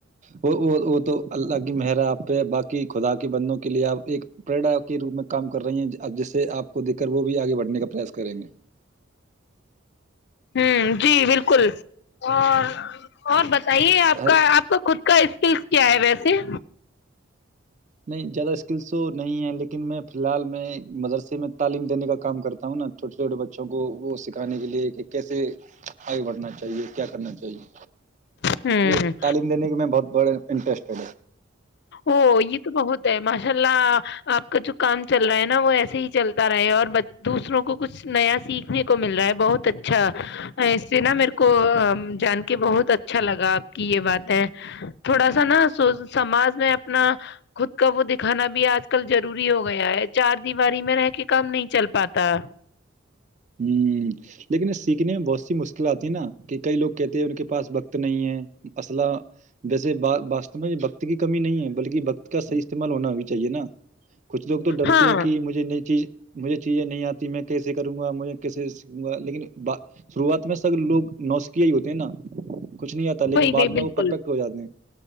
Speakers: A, on the right (about 40°); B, on the left (about 60°).
A: وہ وہ وہ تو اللہ کی مہر آپ پہ باقی خدا کے بندوں کے لیے آپ ایک پریرا کے روپ میں کام کر رہی ہیں جس سے آپ کو دیکھ کر وہ بھی آگے بڑھنے کا پریاس کریں گے
B: ہ جی بالکل اور اور ب صحیح ہے آپ
A: ہر
B: کا آپ کا خود کا کس کیا ہے ویسے
A: نہیں زیادہ اسکلس تو نہیں ہے لیکن میں فی الحال میں مدرسے میں تعلیم دینے کا کام کرتا ہوں نا چھوٹے چھوٹے بچوں کو وہ سکھانے کے لیے کہ کیسے آگے بڑھنا چاہیے کیا کرنا چاہیے
B: ہوں
A: مجھے تعلیم دینے کے میں بہت بڑے انٹرسٹڈ
B: ا یہ تو بہت ہے ماشاء اللہ آپ کا جو کام چل رہا ہے نا وہ ایسے ہی چلتا رہے اور دوسروں کو کچھ نیا سیکھنے کو مل رہا ہے بہت اچھا اس سے نا میرے کو جان کے بہت اچھا لگا آپ کی یہ بات ہے تھوڑا سا نا سو سماج میں اپنا خود کا وہ دکھانا بھی آج کل ضروری ہو گیا ہے چار دیواری میں رہ کے کام نہیں چل پاتا
A: ہوں لیکن سیکھنے میں بہت سی مشکلات ا کہ کئی لوگ کہتے ہیں ان کے پس وقت نہیں ہے اصلہ ویسے واو میں وکت کی کمی نہیں ہے بلکہ وکت کا صحی استعمال ہونا بھی چاہیے نا کچھ لوگ تو ڈرتے
B: ہاں
A: ہیں کہ مجھے نئی چیز مجھے چیزیں نہیں آتی ج میں کیسے کروں جھے کیسے سوں گا لیکن شروعات میں س لوگ نوسکھیا ہی ہوتے ہیں نا کچھ نہیں آتا لیکن
B: وہی
A: بعد
B: بی بالکل
A: میں وہ پرفیکٹ ہو جاتے ہیں